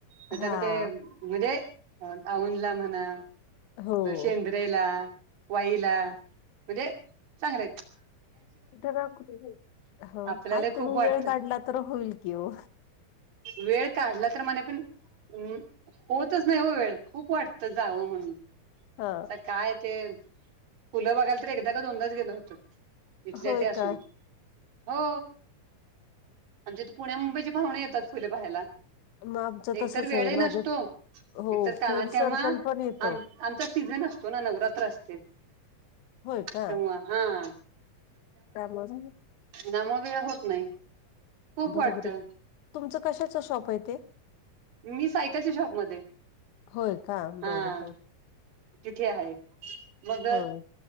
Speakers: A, on the right (about 85°); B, on the left (about 70°).
A: त
B: हा
A: त्यांना ते म्हणजे औद ला म्हणा
B: हो.
A: ज शेंद्रेला वाईला म्हणजे चांगलेयेत.
B: बघा कुठे जायच हो
A: आपल्याला
B: काय
A: खूप
B: तुम्ही
A: वाटतं
B: वेळ काढला तर होईल की ओ
A: वेळ काढला तर मणे पण अम्म होतच नाय हो वेळ खूप वाटत जावं म्हणून
B: हा
A: आता काय ते फुलं बघायला तर एकदा का दोनदाच गेलो होतो. इथल्या
B: होय
A: इथं असून
B: का?
A: हो आमच्या इथं पुण्या मुंबईचे पाहूणे येतात फुले पाहायला.
B: मग आमचं
A: एकतर
B: तसच
A: वेळ
B: आहे
A: ही नसतो
B: माझे हो
A: एकतर का
B: फ्रेंड
A: त्यामुळं
B: सर्कल पण येतो
A: आम आमचा सीझन असतो ना नवरात्र असते.
B: होय
A: तेव्हा
B: का
A: हा
B: त्यामुळच
A: ना म वेळ होत नाही. खूप
B: बरोबर
A: वाटतं
B: य तुमचं कशाच शॉप आहे ते
A: मी सायकलच्या शॉपमध्ये
B: होय का
A: हा
B: बर बर.
A: तिथे हाये मग
B: होय